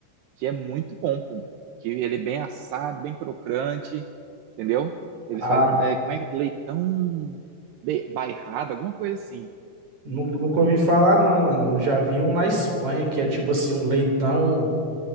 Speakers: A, on the right (about 80°); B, on the right (about 40°).
A: que é muito bom, pô. Que ele é bem assado, bem crocante, entendeu? Eles
B: a.
A: fazem um, é, como é que- leitão be- bairrado, alguma coisa assim.
B: nu- Nunca ouvi falar, não, mano. Eu já vi um na Espanha, que é tipo assim, um leitão.